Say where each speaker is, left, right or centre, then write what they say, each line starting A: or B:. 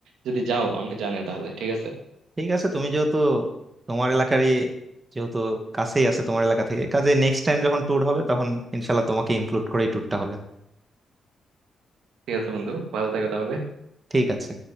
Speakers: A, on the right; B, on the right.
A: যদি যাও আমাকে জানাও তাহলে ঠিক আছে
B: ঠিক আছে তুমি যেহেতু তোমার এলাকারই যেহেতু কাছেই আছে তোমার এলাকা থেকে কাজে নেক্সট টাইম যখন ট্যুর হবে তখন ইনশাল্লাহ তোমাকে ইনক্লুড করেই ট্যুরটা হবে
A: ঠিক আছে বন্ধু ভালো থাকো তাহলে
B: ঠিক আছে